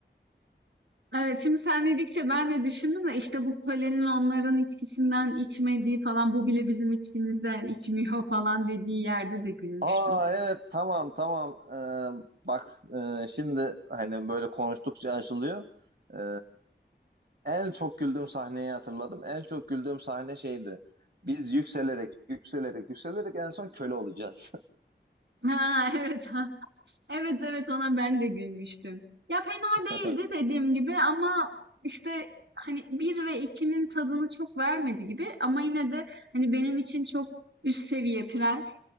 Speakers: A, on the right (about 80°); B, on the right (about 60°).
A: Evet, şimdi sen dedikçe ben de düşündüm de işte bu kölenin onların içkisinden içmediği falan bu bile bizim içkimizden içmiyor <laughs> falan dediği yerde de gülmüştüm.
B: Aa evet tamam tamam. Ee, bak e, şimdi hani böyle konuştukça açılıyor. Ee, en çok güldüğüm sahneyi hatırladım. En çok güldüğüm sahne şeydi. Biz yükselerek yükselerek yükselerek en son köle olacağız.
A: Ha evet <laughs> ha. Evet evet ona ben de gülmüştüm. Ya fena
B: <laughs>
A: değildi dediğim gibi ama işte hani bir ve ikinin tadını çok vermedi gibi ama yine de hani benim için çok üst seviye prens.